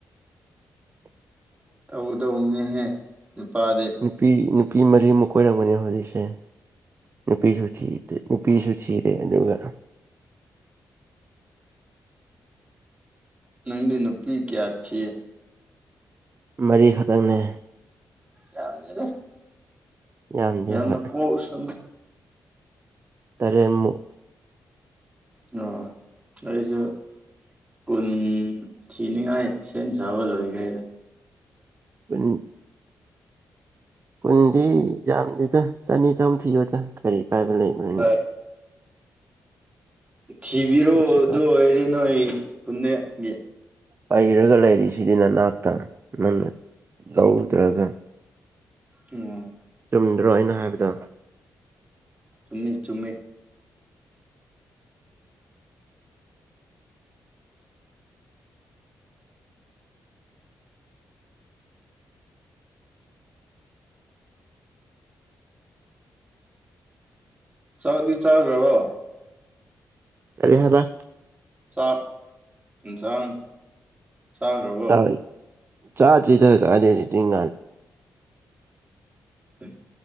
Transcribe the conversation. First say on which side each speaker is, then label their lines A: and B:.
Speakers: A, on the right; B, on the right.
A: <inaudible>
B: ꯇꯧ ꯇꯧꯅꯦꯍꯦ ꯅꯨꯄꯥꯗꯤ
A: ꯅꯨꯄꯤ ꯅꯨꯄꯤ ꯃꯔꯤꯃꯨꯛ ꯀꯣꯏꯔꯛꯄꯅꯦ ꯍꯧꯖꯤꯛꯁꯦ ꯅꯨꯄꯤꯁꯨ ꯊꯤꯦ ꯅꯨꯄꯤꯁꯨ ꯊꯤꯔꯦ ꯑꯗꯨꯒ
B: ꯅꯪꯗꯤ ꯅꯨꯄꯤ ꯀꯌꯥ ꯊꯤ
A: ꯃꯔꯤꯈꯛꯇꯪꯅꯦ
B: ꯌꯥꯔꯤ
A: ꯌꯥꯝꯗꯦ
B: ꯌꯥꯝꯅ
A: ꯍꯣꯏ
B: ꯄꯣꯁ
A: ꯇꯔꯦꯠꯃꯨꯛ
B: <unintelligible> ꯑꯣ ꯑꯩꯁꯨ ꯀꯨꯟ ꯊꯤꯅꯤꯉꯥꯏ ꯁꯦꯝ ꯁꯥꯕ ꯂꯣꯏꯈ꯭ꯔꯦꯗ
A: ꯎ ꯀꯨꯟꯗꯤ ꯌꯥꯝꯗꯦꯗ ꯆꯅꯤ ꯆꯍꯨꯝ ꯊꯤꯌꯣꯗ ꯀꯔꯤ ꯀꯥꯏꯕ ꯂꯩꯕꯅꯣꯅꯦ
B: ꯍꯣꯏ ꯊꯤꯕꯤꯔꯛꯑꯣ
A: ꯀꯩꯁꯨ
B: ꯑꯗꯨ
A: ꯀꯥꯏ
B: ꯑꯣꯏꯔ ꯅꯣꯏ ꯄꯨꯟꯅꯦꯛꯒꯤ
A: ꯄꯩꯔꯒ ꯂꯩꯔꯤꯁꯤꯗꯤ ꯅꯅꯥꯛꯇ ꯅꯪꯅ ꯂꯧꯗ꯭ꯔꯦꯖ
B: ꯑꯣ
A: ꯆꯨꯝꯗ꯭ꯔꯣ ꯑꯩꯅ ꯍꯥꯏꯕꯗꯣ
B: ꯆꯨꯝꯃꯦ ꯆꯨꯝꯃꯦ ꯆꯥꯛꯅꯤ ꯆꯥꯈ꯭ꯔꯕꯣ
A: ꯀꯔꯤ ꯍꯥꯏꯕ
B: ꯆꯥꯛ ꯌꯦꯟꯁꯥꯡ ꯆꯥꯈ꯭ꯔꯕꯣ
A: ꯆ ꯆꯥ ꯆꯔꯤ ꯆ ꯀꯗꯇꯤꯡ
B: ꯎ